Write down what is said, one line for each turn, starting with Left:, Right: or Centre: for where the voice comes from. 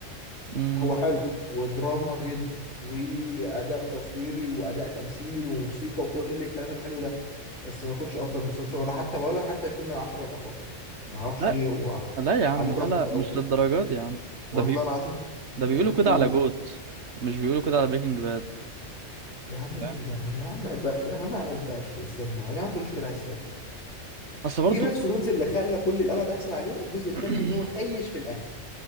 Right: مم.
Left: هو حلو ودراما جدا واداء تصويري واداء تمثيلي وموسيقى وكل الكلام الحلو ده بس ما ياخدش افضل مسلسل ولا حتى ولا حتى يكون من العشرة الافاضل ما اعرفش
Right: لا
Left: ليه هو
Right: لا يا عم
Left: عليه ضجه
Right: لا لا
Left: او
Right: مش
Left: كده
Right: للدرجات يا عم
Left: والله
Right: ده
Left: العظيم
Right: ده بيقولوا
Left: هم،
Right: كده
Left: قول
Right: على جوت مش بيقولوا كده على بريكنج باد
Left: يا عم مين
Right: لا.
Left: ده يا عم يا عم عباش يا جماعه عباش سيادنا يا جماعه ما تقولوش كده على سيادنا
Right: اصل برضو
Left: جيم اوف ثرونز اللي خلى كل القلق ده يحصل عليه الجزء الثامن
Right: <clears throat>
Left: ان هو خيش في الاخر